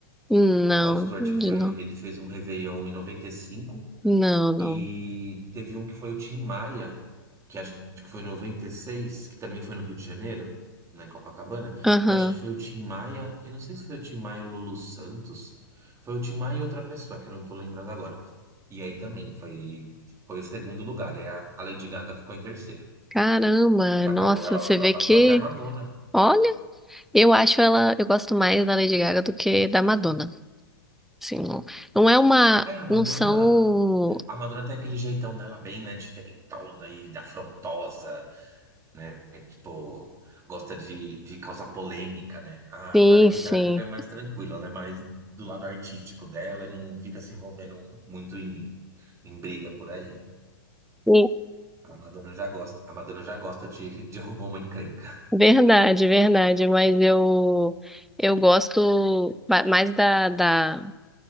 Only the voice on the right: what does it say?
Rod Stewart,
que foi,
um, ele fez um Réveillon em 95.
E cinco. E teve um que foi o Tim Maia, que acho que foi em 96 que também foi no Rio de Janeiro, na Copacabana,
que eu acho que foi o Tim Maia, e não sei se foi o Tim Maia e o Lulu Santos, foi o Tim Maia e outra pessoa, que eu não tô lembrando agora. E aí também foi, foi o segundo lugar, e a, a Lady Gaga ficou em terceiro.
Ela
acabou, ela
ultrapassou
até a Madonna.
É, a Madonna,
a Madonna tem aquele jeitão dela bem, né, diferentona e afrontosa, né? Tipo, gosta de, de causar polêmica, né? A,
a Lady
Gaga é mais tranquila, ela é mais do lado artístico dela e não fica se envolvendo muito em, em briga por aí.
A Madonna já gosta, a Madonna já gosta de, de arrumar uma encrenca.